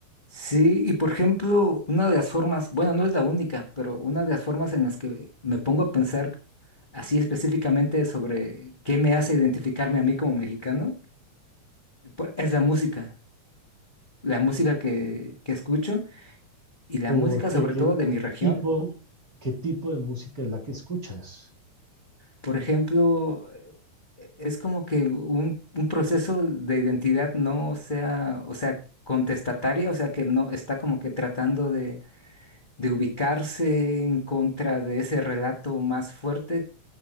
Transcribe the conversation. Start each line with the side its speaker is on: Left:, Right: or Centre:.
Left: Sí, y por ejemplo, una de las formas, bueno, no es la única, pero una de las formas en las que me pongo a pensar así específicamente sobre qué me hace identificarme a mí como mexicano, por- es la música, la música que, que escucho y la
Right: Porque
Left: música sobre
Right: ¿qué,
Left: todo de mi
Right: qué
Left: región.
Right: tipo, qué tipo de música es la que escuchas?
Left: Por ejemplo, eh, es como que un, un proceso de identidad no sea, o sea, contestataria, o sea, que no está como que tratando de ubicarse en contra de ese relato más fuerte